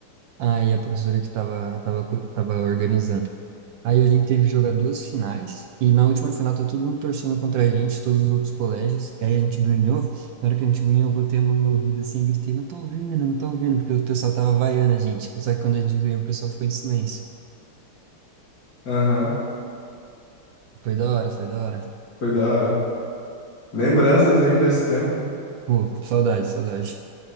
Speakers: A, on the right (about 75°); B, on the left (about 45°).
A: Aí a professora que estava tava, tava co- tava organizando. Aí a gente teve que jogar duas finais, e na última final tá todo mundo torcendo contra a gente, todos os outros colégios, e aí a gente ganhou. Na hora que a gente ganhou, eu botei a mão no ouvido assim, e gritei, não tô vendo, não tô vendo, porque o pessoal tava vaiando a gente. Só que quando a gente ganhou, o pessoal ficou em silêncio.
B: Aham.
A: Foi da hora, foi da hora.
B: Foi da hora. Lembranças, hein, desse tempo.
A: Pô, saudade, saudade.